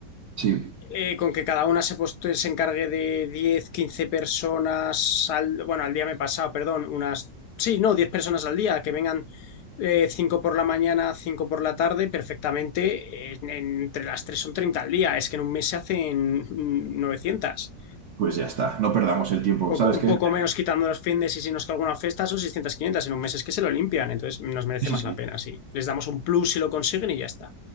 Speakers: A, on the right (about 55°); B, on the left (about 70°).
A: Sí,
B: eh, con que cada una se, pues, se encargue de diez 15 personas al, bueno, al día me he pasado, perdón, unas, sí, no, 10 personas al día, que vengan eh, 5 por la mañana, 5 por la tarde, perfectamente, eh, en- entre las tres son 30 al día, es que en un mes se hacen mm, 900.
A: pues ya está. No perdamos el tiempo.
B: Poco-
A: ¿Sabes
B: un
A: qué?
B: poco menos quitando los fines y si nos que alguna fiesta son 600, 500, en un mes es que se lo limpian, entonces nos merece
A: Sí,
B: más
A: sí.
B: la pena, sí. Les damos un plus si lo consiguen y ya está.